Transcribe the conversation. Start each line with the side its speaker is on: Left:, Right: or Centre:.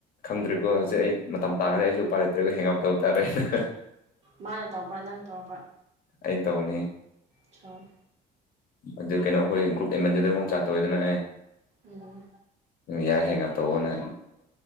Left: ꯈꯪꯗꯔ꯭ꯦꯀꯣ ꯍꯧꯖꯤꯛ ꯑꯩ ꯃꯇꯝ ꯇꯥꯈꯔꯦ ꯑꯩꯁꯨ ꯎꯄꯥꯏ ꯂꯩꯇ꯭ꯔꯦꯀꯣ ꯍꯦꯡꯎꯞ ꯇꯧꯕ ꯇꯥꯔꯦꯅ
Right: ꯃꯥꯅ ꯇꯧꯔꯛꯄꯔꯥ ꯅꯪ ꯇꯧꯔꯛꯄꯔꯥ
Left: ꯑꯩꯅ ꯇꯧꯅꯤ
Right: ꯆꯥꯜ
Left: ꯑꯗꯨ ꯀꯩꯅꯣ ꯑꯩꯈꯣꯏ ꯒ꯭ꯔꯨꯞ ꯑꯦꯃꯟꯗꯨꯗ ꯑꯃꯨꯛ ꯆꯥꯠꯇꯧꯋꯤꯗꯅ ꯑꯩ
Right: ꯎꯝ
Left: ꯌꯥꯏ ꯍꯥꯏꯅ ꯇꯧꯑꯣꯅ